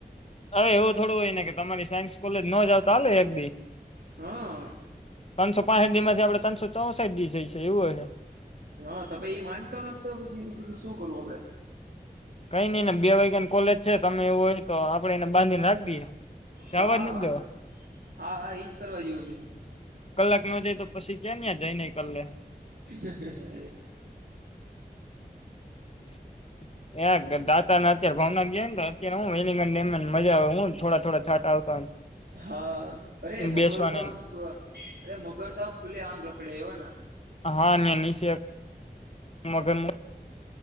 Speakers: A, on the left (about 40°); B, on the right (about 80°).
A: અરે એવું થોડું હોય ને કે તમારી સાયન્સ કોલેજ ન જાવ તો ચાલે એકી.
B: હા.
A: ત્રસો પાંસઠી માંથી આપણે ત્રણસો ચોસઠડીી જાયએ એવું હ છે.
B: હા ત એ માનતો નથી તો પછી શું કરવું આપડે.
A: કઈ નઈિ ને બે વાગ્યા ને કોલેજ છે તમે એવું હોય તો આપડે એને બાંધીને રાખ દઈએ. જવા
B: હા
A: જ નથી
B: હા
A: દેવા
B: હા એજ કરવા જેવું છે.
A: કલાક ન જાય તો પછી ક્યાં ન્યા જાય નને કલ્લે.
B: હ <unintelligible>
A: <inaudible> એ દાતાને અત્યારે ભાવ ગયા ને તો અત્યારે હ વેલિંગ મજા આવે હું થોડા થોડા છાંા આવતા.
B: હા અરે મગર
A: બેસવાની
B: તો આમ છ અરે મગર તો ખુલ્લે આમ રખડે એવો ને.
A: હા નીચ મગર.